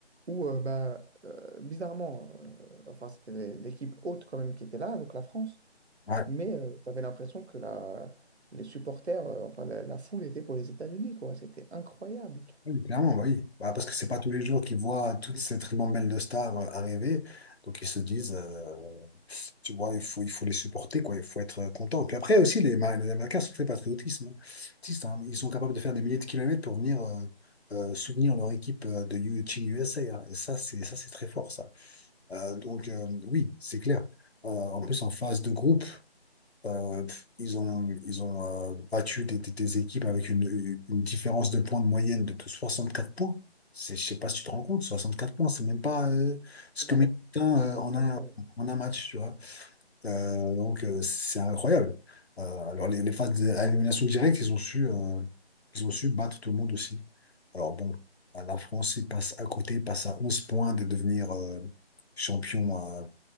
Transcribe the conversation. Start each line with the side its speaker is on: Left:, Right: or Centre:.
Right: où, euh, bah, euh, bizarrement, euh, enfin, c'était l'équipe haute quand même qui était là, donc la France.
Left: ouais.
Right: Mais euh, tu avais l'impression que la, les supporters, euh, enfin la, la foule était pour les États-Unis, quoi. C'était incroyable.
Left: Oui, clairement, bah oui. Bah, parce que c'est pas tous les jours qu'ils voient toute cette ribambelle de stars euh, arriver, donc ils se disent. euh, Tu vois, il faut, il faut les supporter, quoi. Il faut être euh, content. Puis après aussi, les, Ma- les Américains sont très patriotisme. hein. Patriotistes, hein. Ils sont capables de faire des milliers de kilomètres pour venir euh, euh, soutenir leur équipe euh, de U- Team USA. hein. Et ça, c'est ça, c'est très fort, ça. Euh, donc euh, oui, c'est clair. Euh, en plus, en phase de groupe, euh, pff, ils ont, ils ont euh, battu des, des- des équipes avec une, une différence de points de moyenne de 64 points. C'est- Je sais pas si tu te rends compte, 64 points, c'est même pas euh, ce
Right: Énorme.
Left: que met Putain, euh, en
Right: Incroyable.
Left: un, en un match, tu vois. Euh, donc, euh, c'est incroyable. Euh, alors, les, les phases d'élimination directe, ils ont su, euh, ils ont su battre tout le monde aussi. Alors, bon, euh, la France, ils passent à côté, passe à 11 points de devenir euh, champion euh,